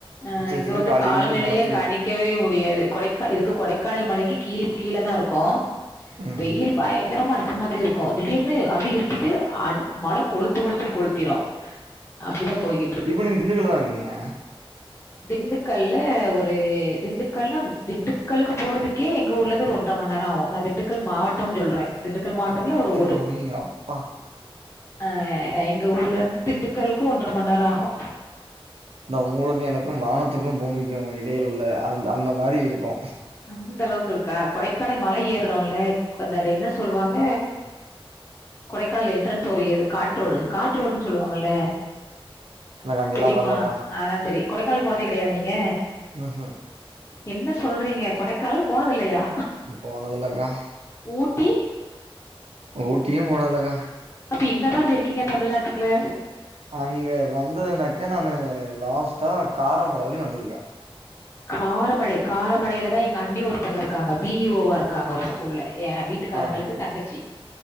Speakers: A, on the left; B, on the right.
A: ஆ
B: சிலு
A: இங்க
B: சிலுன்னு
A: வந்து
B: காலையிலருந்து
A: காலநிலையே
B: மழ தூறலு.
A: கணி க்கவே முடியாது கொடைக்க இதுக்கு கொடைக்கானல் மலைக்கு கீழ் கீழ தா இருக்கோ
B: ம்.
A: வெயில் பயங்கரமா அடு ச்ச மாரி இருக்கு திடீர்னு அப்டியே இருட்டிட்டு அட் மழ கொளுத்து கொளுத்துன்னு கொளுத்திரு அப்டிதா போய்கிட்
B: இப்ப நீங்க திண்டுக்கல்ல தா இருக்றீங்க
A: திண்டுக்கல்ல ஒரு திண்டுக்கல்ல திண்டுக்கல்லுக்கு போறதுக்கே எங்க ஊர்ல இருந்து ஒரு ஒன் ற மணி நேரோ ஆகு நா திண்டுக்கல் மாவட்டம்னு சொல்றே திண்டுக்கல் மாவட்டத்துல
B: அடப்பாவி
A: ஒரு ஊரு
B: அப்பா!
A: ஆ எங்க ஊர்ல இருந்து திண்டுக்கல்க்கு ஒன்ற மண் நேரோ ஆகு
B: இந்த உங்களுக்கு எனக்கும் வானத்துக்கும் பூமிக்கும் இடையில் உள்ள அந்த அந்த மாரி இருக்கு
A: அந்த அளவுக்கு இருக்கா கொடைக்கானல் மழை ஏறோல கொந் அது என்ன சொல்லுவாங்க கொடைக்கானல் என்ட்ரன்ஸ் ஒரு இது காட் ரோடு காட் ரோடுன்னு சொல்லுவாங்கல்ல
B: எனக்கு அங்கெல்லாம்
A: தெரியுமா
B: வரலக்கா.
A: அதல்லாம் தெரி கொடைக்கால போனதே கெடையாதா நீங்க
B: ம் ம்
A: என்ன சொல்றீங்க கொடைக்கானல் போனது இல்லையா
B: ம் போனது இல்லக்கா
A: ஊட்டி
B: ஊட்டியும் போனது இல்லக்கா
A: அப்ப எங்கதான் பெய்ருக்கீங்க தமிழ்நாட்டுக்குள்ள
B: அங்க வந்ததுனாக்க நானு லாஸ்ட்டா காரமட வரைக்கு வந்திருக்கே
A: காரமடை காரமடையிலதா எங்க அண்ணி ஒருத்தங்க இருக்காங்க வி ஓ வா இரு க்காங்க ஒரு ஸ்கூல்ல என் வீட்டுக்காரங்களுக்கு
B: ஆ.
A: தங்கச்சி